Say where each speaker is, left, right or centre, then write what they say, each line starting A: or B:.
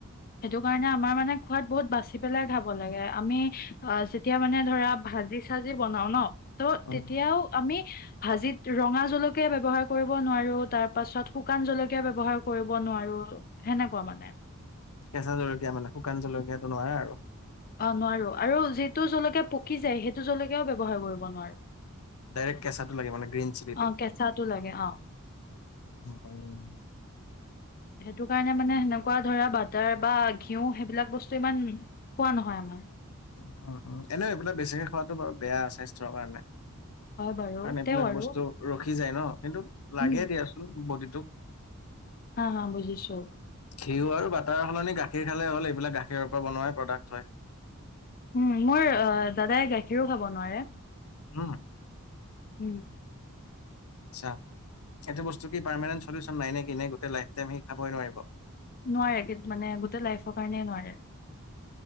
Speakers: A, on the left; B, on the left.
A: সেইটো কাৰণে আমাৰ মানে খোৱাত বহুত বাচি পেলাই খাব লাগে আমি অআ যেতিয়া মানে ধৰা ভাজি চাজি বনাও ন ত'
B: উম,
A: তেতিয়াও তুমি, ভাজিত ৰঙা জলকীয়া ব্যবহাৰ কৰিব নোৱাৰো তাৰপাছত খোকান জলকীয়া ব্যবহাৰ কৰিব নোৱাৰো সেনেকুৱা মানে।
B: কেঁচা জলকীয়া মানে শুকান জলকীয়াটো নোৱাৰা আৰু।
A: অ' নোৱাৰো আৰু যিটো জলকীয়া পকি যায় সেইটো জলকীয়াও ব্য্ৱহাৰ কৰিব নোৱাৰো।
B: ডাইৰেক্ট কেঁচাটো লাগে মানে গ্ৰীণ চিলিটো,
A: অ', কেঁচাটো লাগে অ',
B: উ।
A: সেইটো কাৰণে মানে সেনেকুৱা ধৰা বাটাৰ বা ঘিউ সেইবিলাক বস্তু ইমান খোৱা নহয় আমাৰ।
B: উ উম উম এনেই এইবিলাক বেছিকে খোৱাতটো বাৰু বেয়া স্বাস্থ্যৰ কাৰণে।
A: হয় বাৰু
B: কাৰণ এইবিলাক
A: তেও আৰু
B: বস্তু ৰখি যায় ন কিন্তু লাগে
A: উম
B: দিয়াচোন বডিটোক।
A: হা হা বুজিছো
B: ঘিউ আৰু বাটৰ সলনি গাখীৰ গাখীৰ খালে হ'ল এইবিলাক গাখীৰৰ পৰা বনোৱাই প্ৰডাক্ট হয়।
A: উম মোৰ দাদাই গাখীৰো খাব নোৱাৰে।
B: হম।
A: উম।
B: আচ্ছা। এইটো বস্তু কি পাৰ্মমানেণ্ট চলিউচন নাই নে কি ননে গোটেই লাইফ টাইম সি খাবই নোৱাৰিব?
A: নোৱাৰে মানে গোটেই লাইফৰ কাৰণেই নোৱাৰে।